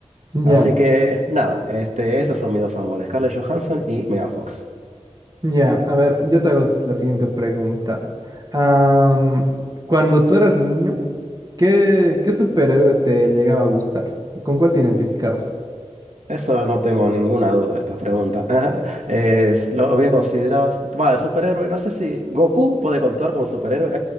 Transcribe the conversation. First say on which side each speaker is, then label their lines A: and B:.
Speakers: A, on the right; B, on the right.
A: Ya,
B: Así que nada, este, esos son mis dos amores, Scarlett Johansson y Megan Fox.
A: Ya, a ver, yo te hago la siguiente pregunta. Am, cuando tú eras niño, ¿qué, qué superhéroe te llegaba a gustar? ¿Con cuál te identificabas?
B: Eso no tengo ninguna duda, esta pregunta. <laughs> Es, lo voy a considerar Va, de superhéroe, no sé si Goku puede contar como superhéroe.